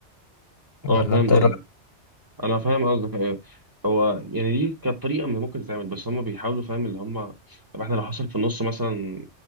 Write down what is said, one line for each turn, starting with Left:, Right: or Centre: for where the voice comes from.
Right: اه
Left: ولا
Right: فاهم
Left: أنت
Right: قصدك
Left: إيه رأيك؟
Right: انا فاهم قصدك ايوه هو يعني دي كانت طريقه من ممكن تتعمل بس هم بيحاولوا فاهم اللي هم طب احنا لو حصل في النص مثلا